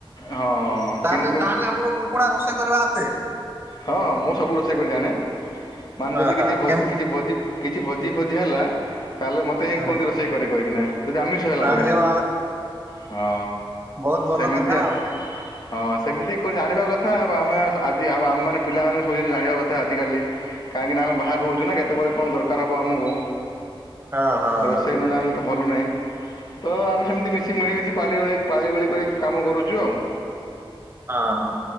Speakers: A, on the left; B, on the right.
A: ହଁ
B: ତାହେଲେ
A: କିନ୍ତୁ
B: ତାହେଲେ ଆପଣ କୁକୁଡ଼ା କଂସା କରିବା ଆସେ?
A: ହଁ ମୁଁ ସବୁ ରୋଷେଇ କରି ଜାଣେ ମାନେ
B: ହଁ
A: ଯଦି
B: ହଁ
A: କିଛି
B: କେମ
A: କିଛି ଭୋଜି କିଛି ଭୋଜି ଫୋଜି ହେଲା ତାହେଲେ ମୋତେହିଁ
B: ହଁ
A: କୁହନ୍ତି ରୋଷେଇ କରେ କହିକିନା। ଯଦି ଆମିଷ ହେଲା
B: ଆରେ
A: କହିଲେ
B: ବାବା
A: ହଁ
B: ବହୁତ ଭଲ
A: ସେମିତିଆ
B: କଥା ଆଉ।
A: ହଁ ସେମିତି ଜାଣିବା କଥା ଆମେ ଆଜି ଆମ ମାନେ ପିଲାମାନଙ୍କୁ ସବୁ ଜିନିଷ ଜାଣିବା କଥା ଆଜିକାଲି କାହିଁକିନା ଆମେ ବାହାରେ
B: ହଁ
A: ରହୁଚୁନା କେତେବେଳେ କଣ ଦରକାର ହେବ ଆମକୁ
B: ହଁ ହଁ
A: ରୋଷେଇ ନଜାଣିଲେ ତଭଲ ନାହିଁ ତ ଆମେ ସେମିତି ମିଶି ମିଳିମିଶି ପାଳିଗୋଳି ପାଳିଗୋଳି କରି କାମ କରୁଚୁ ଆଉ।
B: ହଁ ହଁ।